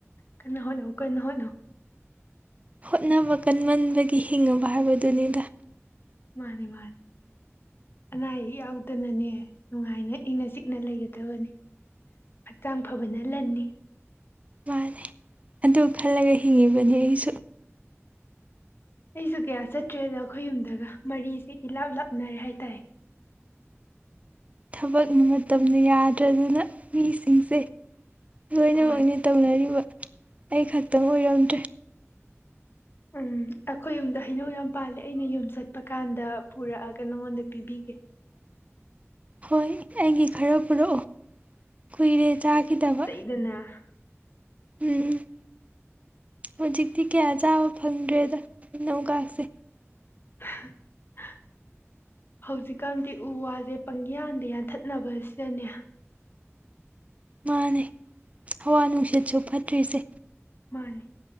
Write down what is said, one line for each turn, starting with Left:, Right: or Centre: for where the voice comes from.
Left: ꯀꯟꯅ ꯍꯣꯠꯅꯧ ꯀꯟꯅ ꯍꯣꯠꯅꯧ
Right: ꯍꯣꯠꯅꯕ ꯀꯟꯃꯟꯕꯒꯤ ꯍꯤꯡꯉꯕ ꯍꯥꯏꯕꯗꯨꯅꯤꯗ
Left: ꯃꯥꯅꯤ ꯃꯥꯅꯤ ꯑꯅꯥ ꯑꯌꯦꯛ ꯌꯥꯎꯗꯅꯅꯦ ꯅꯨꯡꯉꯥꯏꯅ ꯏꯪꯅ ꯆꯤꯛꯅ ꯂꯩꯒꯗꯕꯅꯦ ꯍꯛꯆꯥꯡ ꯐꯕꯅ ꯂꯟꯅꯤ
Right: ꯃꯥꯅꯦ ꯑꯗꯨ ꯈꯜꯂꯒ ꯍꯤꯡꯉꯤꯕꯅꯤ ꯑꯩꯁꯨ
Left: ꯑꯩꯁꯨ ꯀꯌꯥ ꯆꯠꯇ꯭ꯔꯦꯗ ꯑꯩꯈꯣꯏ ꯌꯨꯝꯗꯒ ꯃꯔꯤꯁꯤꯦ ꯏꯂꯥꯞ ꯂꯥꯞꯅꯔꯦ ꯍꯥꯏꯇꯥꯔꯦ
Right: ꯊꯕꯛ ꯃꯇꯝꯗ ꯌꯥꯗ꯭ꯔꯗꯅ ꯃꯤꯁꯤꯡꯁꯦ ꯂꯣꯏꯅꯃꯛꯅꯦ
Left: ꯍꯣꯏ
Right: ꯇꯧꯅꯔꯤꯕ ꯑꯩ ꯈꯛꯇꯪ ꯑꯣꯏꯔꯝꯗ꯭ꯔꯦ
Left: ꯎꯝ ꯑꯩꯈꯣꯏ ꯌꯨꯝꯗ ꯍꯩꯅꯧ ꯌꯥꯝ ꯄꯥꯜꯂꯦ ꯑꯩꯅ ꯌꯨꯝ ꯆꯠꯄ ꯀꯥꯟꯗ ꯄꯨꯔꯛꯑꯒ ꯅꯪꯉꯣꯟꯗ ꯄꯤꯕꯤꯒꯦ
Right: ꯍꯣꯏ ꯑꯩꯒꯤ ꯈꯔ ꯄꯨꯔꯛꯑꯣ ꯀꯨꯏꯔꯦ ꯆꯥꯈꯤꯗꯕ
Left: ꯑꯗꯨꯅ
Right: ꯎꯝ ꯍꯧꯖꯤꯛꯇꯤ ꯀꯌꯥ ꯆꯥꯕ ꯐꯪꯗ꯭ꯔꯦꯗ ꯏꯅꯧꯒꯁꯦ
Left: <unintelligible> ꯍꯧꯖꯤꯛꯀꯥꯟꯗꯤ ꯎ ꯋꯥꯁꯦ ꯄꯪꯌꯥꯟꯗ ꯌꯥꯟꯊꯠꯅꯕꯁꯤꯗꯅꯦ
Right: ꯃꯥꯅꯦ ꯍꯋꯥ ꯅꯨꯡꯁꯤꯠꯁꯨ ꯐꯠꯇ꯭ꯔꯤꯁꯦ
Left: ꯃꯥꯅꯦ